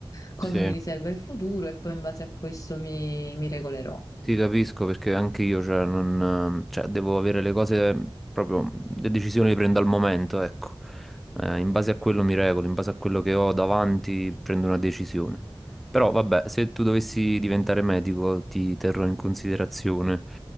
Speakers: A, on the left; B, in the centre.
A: cosa
B: Sì.
A: mi riserva il futuro e poi in base a questo mi, mi regolerò.
B: Ti capisco perché anche io, cioè, non, cioè, devo avere le cose proprio, le decisioni le prendo al momento, ecco. Eh, in base a quello mi regolo, in base a quello che ho davanti prendo una decisione. Però vabbè, se tu dovessi diventare medico ti terrò in considerazione